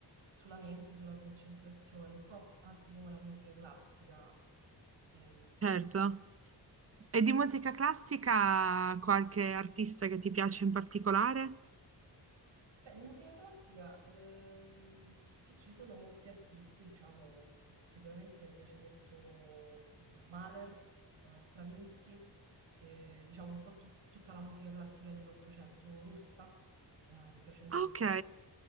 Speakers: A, on the right (about 85°); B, on the right (about 35°).
A: sulla mente, sulla concentrazione, un po' anche come la musica classica. Ehm,
B: certo. E di musica classica qualche artista che ti piace in particolare?
A: Beh, di musica classica, ehm, sì, ci sono molti artisti, diciamo, sicuramente mi piace molto Mahler, eh, Stravinsky, eh, diciamo un po' tut- tutta la musica classica dell'Ottocento russa, eh, mi piace molto
B: Ah, ok.